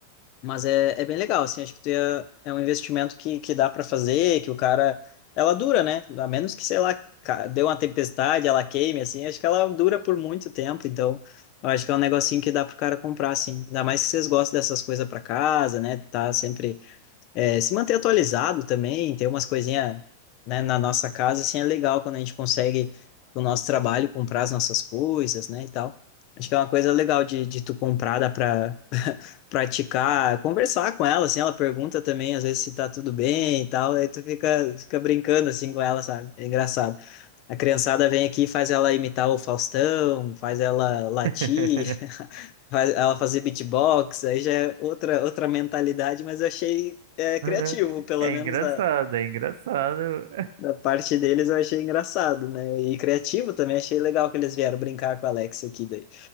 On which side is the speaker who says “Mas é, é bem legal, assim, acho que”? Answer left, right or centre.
Left